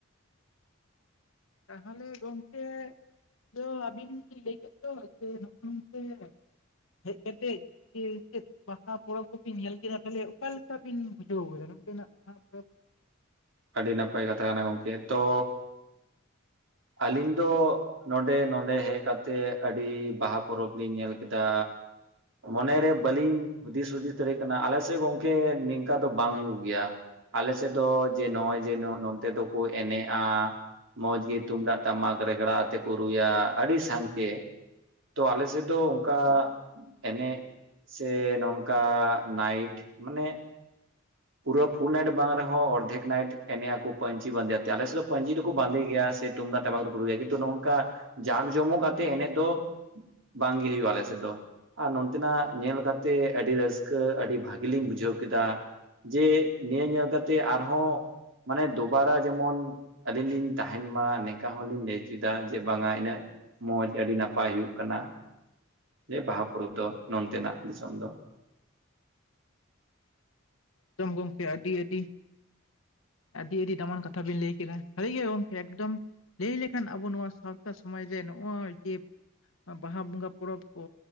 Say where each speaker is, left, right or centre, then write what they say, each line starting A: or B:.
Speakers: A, on the left (about 75°); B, on the right (about 65°).
A: ᱛᱟᱦᱚᱞᱮ ᱜᱚᱝᱠᱮ ᱫᱚ ᱟᱹᱵᱤᱱ ᱵᱤᱱ ᱞᱟᱹᱭ ᱠᱮᱫ ᱫᱚ ᱡᱮ ᱱᱚᱜᱼᱚ ᱱᱚᱛᱮ ᱦᱮᱡ ᱠᱟᱛᱮᱫ ᱦᱮ ᱪᱮᱫ ᱯᱟᱛᱟ ᱯᱚᱨᱚᱵᱽ ᱠᱚᱵᱤᱱ ᱧᱮᱞ ᱠᱮᱫᱟ ᱛᱟᱦᱚᱞᱮ ᱚᱠᱟ ᱞᱮᱠᱟ ᱵᱤᱱ ᱵᱩᱡᱷᱟᱹᱣ ᱠᱮᱫᱟ ᱱᱚᱛᱮᱱᱟᱜ ᱯᱟᱛᱟ ᱯᱚᱨᱚᱵᱽ
B: ᱟᱹᱰᱤ ᱱᱟᱯᱟᱭ ᱠᱟᱛᱷᱟ ᱠᱟᱱᱟ ᱜᱚᱝᱠᱮ ᱛᱚ ᱟᱹᱞᱤᱧ ᱫᱚ ᱱᱚᱰᱮ ᱱᱚᱰᱮ ᱦᱮᱡ ᱠᱟᱛᱮᱫ ᱟᱹᱰᱤ ᱵᱟᱦᱟ ᱯᱚᱨᱚᱵᱽ ᱞᱤᱧ ᱧᱮᱞ ᱠᱮᱫᱟ ᱢᱚᱱᱮᱨᱮ ᱵᱟᱹᱞᱤᱧ ᱫᱤᱥ ᱦᱩᱫᱤᱥ ᱫᱟᱲᱮᱭᱟᱜ ᱠᱟᱱᱟ ᱟᱞᱮ ᱥᱮᱫ ᱜᱚᱝᱠᱮ ᱱᱤᱝᱠᱟᱹ ᱫᱚ ᱵᱟᱝ ᱦᱩᱭᱩᱜ ᱜᱮᱭᱟ ᱟᱞᱮ ᱥᱮᱫ ᱫᱚ ᱡᱮ ᱱᱚᱜ-ᱚᱭ ᱡᱮ ᱱᱚᱛᱮ ᱫᱚᱠᱚ ᱮᱱᱮᱡ-ᱟ ᱢᱚᱸᱡᱽ ᱜᱮ ᱛᱩᱢᱫᱟᱜ ᱴᱟᱢᱟᱠ ᱨᱮᱜᱽᱲᱟ ᱟᱛᱮᱫ ᱠᱚ ᱨᱩᱭᱟ ᱟᱹᱰᱤ ᱥᱟᱸᱜᱮ ᱛᱚ ᱟᱞᱮ ᱥᱮᱫ ᱫᱚ ᱚᱱᱠᱟ ᱮᱱᱮᱜ ᱥᱮ ᱱᱚᱝᱠᱟ ᱱᱟᱭᱤᱴ ᱢᱟᱱᱮ ᱯᱩᱨᱟᱹ ᱯᱷᱩᱞ ᱱᱟᱭᱤᱴ ᱵᱟᱝ ᱨᱮᱦᱚᱸ ᱚᱨᱫᱷᱮᱠ ᱱᱟᱭᱤᱴ ᱮᱱᱮ ᱟᱠᱚ ᱯᱟᱧᱪᱤ ᱵᱟᱸᱫᱮ ᱟᱛᱮ ᱟᱞᱮ ᱥᱮᱫ ᱫᱚ ᱯᱟᱹᱧᱪᱤ ᱫᱚᱠᱚ ᱵᱟᱸᱫᱮ ᱜᱮᱭᱟ ᱥᱮ ᱛᱩᱢᱫᱟᱜ ᱴᱟᱢᱟᱠ ᱫᱚᱠᱚ ᱨᱩᱭᱟ ᱠᱤᱱᱛᱩ ᱱᱚᱜᱚᱝ ᱠᱟ ᱡᱟᱸᱠ ᱡᱚᱢᱚᱠ ᱟᱛᱮᱫ ᱮᱱᱮᱡ ᱫᱚ ᱵᱟᱝᱜᱮ ᱦᱩᱭᱩ-ᱟ ᱟᱞᱮ ᱥᱮᱫ ᱫᱚ ᱟᱨ ᱱᱚᱱᱛᱮᱱᱟᱜ ᱧᱮᱞ ᱠᱟᱛᱮ ᱟᱹᱰᱤ ᱨᱟᱹᱥᱠᱟᱹ ᱟᱹᱰᱤ ᱵᱷᱟᱜᱤ ᱞᱤᱧ ᱵᱩᱡᱷᱟᱹᱣ ᱠᱮᱫᱟ᱾ ᱡᱮ ᱱᱤᱭᱟᱹ ᱧᱮᱞ ᱠᱟᱛᱮ ᱟᱨᱦᱚᱸ ᱢᱟᱱᱮ ᱫᱩᱵᱟᱨᱟ ᱡᱮᱢᱚᱱ ᱟᱹᱞᱤᱧ ᱞᱤᱧ ᱛᱟᱦᱮᱱ ᱢᱟ ᱱᱤᱝᱠᱟ ᱦᱚᱸᱞᱤᱧ ᱞᱟᱹᱭ ᱦᱚᱪᱚ ᱮᱫᱟ ᱡᱮ ᱵᱟᱝ ᱟ ᱤᱱᱟᱹᱜ ᱢᱚᱡᱽ ᱟᱹᱰᱤ ᱱᱟᱯᱟᱭ ᱦᱩᱭᱩᱜ ᱠᱟᱱᱟ ᱡᱮ ᱵᱟᱦᱟ ᱯᱚᱨᱚᱵᱽ ᱫᱚ ᱱᱚᱱᱛᱮᱱᱟᱜ ᱫᱤᱥᱚᱢ ᱫᱚ
A: ᱮᱠᱫᱚᱢ ᱜᱚᱢᱠᱮ ᱟᱹᱰᱤ ᱟᱹᱰᱤ ᱟᱹᱰᱤ ᱟᱹᱰᱤ ᱫᱟᱢᱟᱱ ᱠᱟᱛᱷᱟ ᱵᱤᱱ ᱞᱟᱹᱭ ᱠᱮᱫᱟ ᱥᱟᱹᱨᱤ ᱜᱮ ᱜᱚᱢᱠᱮ ᱮᱠᱫᱚᱢ ᱞᱟᱹᱭ ᱞᱮᱠᱷᱟᱱ ᱟᱵᱚ ᱱᱚᱣᱟ ᱥᱟᱶᱛᱟ ᱥᱚᱢᱟᱡᱽ ᱨᱮ ᱱᱚᱜ-ᱚᱭ ᱵᱟᱦᱟ ᱵᱚᱸᱜᱟ ᱯᱚᱨᱚᱵᱽ ᱠᱚ